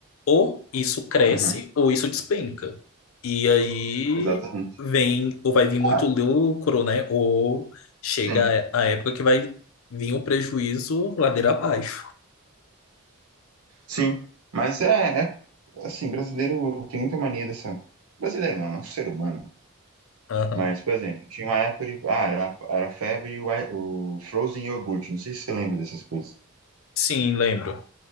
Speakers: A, on the left; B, on the right.
A: ou isso cresce
B: uhum,
A: ou isso despenca. E aí
B: exatamente.
A: vem, ou vai vir muito
B: Ah,
A: lucro, né? Ou chega
B: sim,
A: a a época que vai vir o prejuízo ladeira abaixo.
B: sim. Mas é, é, assim, brasileiro tem muita mania dessa. Brasileiro não, é um ser humano.
A: Aham.
B: Mas, por exemplo, tinha uma época de. Ah, era, era febre e o, o Frozen Yogurt. Não sei se você lembra dessas coisas.
A: Sim, lembro.